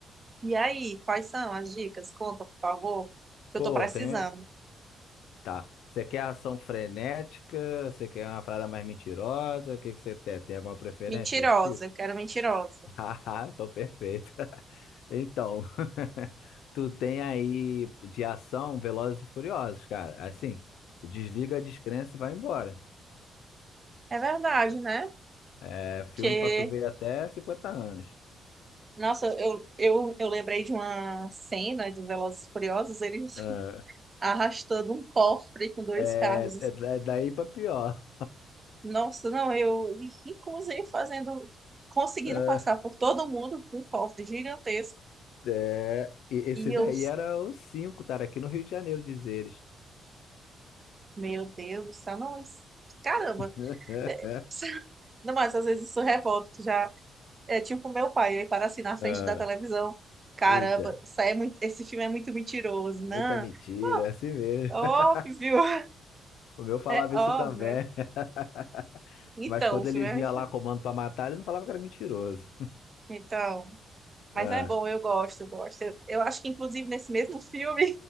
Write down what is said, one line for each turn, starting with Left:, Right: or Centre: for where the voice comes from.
Right: e aí, quais são as dicas? Conta, por favor. que
Left: Pô,
Right: Eu tô precisando.
Left: tem. Tá. Você quer ação frenética? Você quer uma parada mais mentirosa? O que que você tem? Tem alguma preferência
Right: Mentirosa,
Left: desse tipo?
Right: eu quero mentirosa.
Left: <laughs> Haha, tô perfeito. <laughs> Então, <laughs> tu tem aí de ação Velozes e Furiosos, cara. Assim, desliga a descrença e vai embora.
Right: É verdade, né?
Left: É
Right: Porque,
Left: filme pra tu ver até 50 anos.
Right: nossa, eu, eu, eu lembrei de uma cena de Velozes e Furiosos, eles
Left: É.
Right: <laughs> arrastando um cofre com dois
Left: É,
Right: carros
Left: é da- é daí pra pior.
Right: Nossa, não, eu, inclusive, fazendo, conseguindo
Left: É,
Right: passar por todo mundo com um cofre gigantesco.
Left: é, e esse
Right: E
Left: daí
Right: eu,
Left: era o 5, cara, aqui no Rio de Janeiro, diz eles.
Right: meu Deus do céu, não, isso- caramba.
Left: <laughs>
Right: <laughs> Não, mas às vezes isso revolta, tu já é tipo meu pai, ele para assim na frente
Left: Ah,
Right: da televisão. Caramba,
Left: Eita,
Right: isso aí é muito, esse filme é muito mentiroso, não?
Left: muita mentira,
Right: Ó,
Left: é assim mesmo.
Right: Óbvio,
Left: <laughs>
Right: <laughs>
Left: O meu falava
Right: é óbvio.
Left: isso também.
Right: né?
Left: <laughs>
Right: Então,
Left: Mas quando
Right: o filme
Left: ele
Right: é
Left: via
Right: mentiroso.
Left: lá comando pra matar, ele não falava que era mentiroso.
Right: Então, mas
Left: Ah,
Right: é bom, eu gosto, eu gosto. Eu, eu acho que, inclusive, nesse mesmo filme.